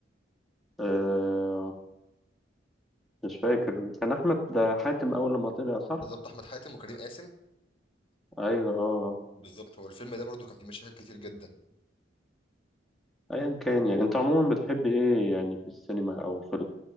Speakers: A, in the centre; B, on the left.
A: آه، مش فاكر كان احمد حاتم اول لما طلع صح
B: بالظبط أحمد حاتم وكريم قاسم
A: ايوه اه آه.
B: بالظبط هو الفيلم ده برضو كان فيه مشاهد كتير جدا
A: ايا كان يعني انت عموما بتحب ايه يعني في السينما او في